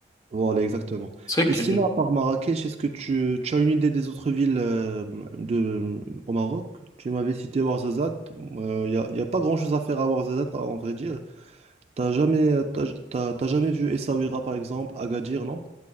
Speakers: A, on the right; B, on the left.
A: Voilà, exactement.
B: C'est
A: Et
B: vrai que...
A: sinon, à part Marrakech, est-ce que tu, tu as une idée des autres villes euh, de, au Maroc? Tu m'avais cité Ouarzazate. Il n'y a, y a pas grand-chose à faire à Ouarzazate, en vrai dire. T'as jamais, t'as, t'as- t'as jamais vu Essaouira, par exemple, Agadir, non?